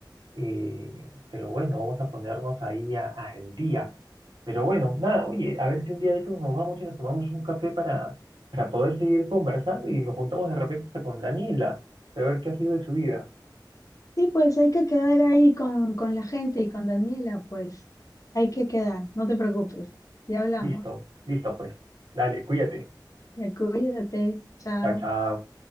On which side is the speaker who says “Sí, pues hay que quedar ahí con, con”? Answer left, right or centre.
Left